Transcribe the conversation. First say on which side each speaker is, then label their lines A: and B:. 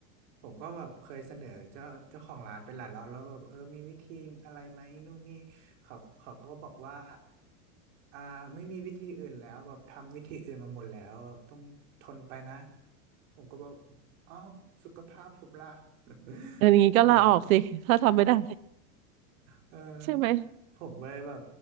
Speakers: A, on the right; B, on the right.
A: ผมก็แบบเคยเสนอเจ้าเจ้าของร้านไปหลายรอบแล้วแบบเออมีวิธีอะไรไหมนู่นนี่เขาเขาก็บอกว่า อ่าไม่มีวิธีอื่นแล้วแบบทำวิธีอื่นมาหมดแล้วต้องทนไปนะผมก็บอกอ้าวสุขภาพผมล่ะ <laughs>
B: อันนี้ก็ลาออกสิ
A: ผมผม
B: <laughs> ถ้าทำไม่ได้
A: เออ
B: ใช่ไหม
A: ผมก็เลยแบบ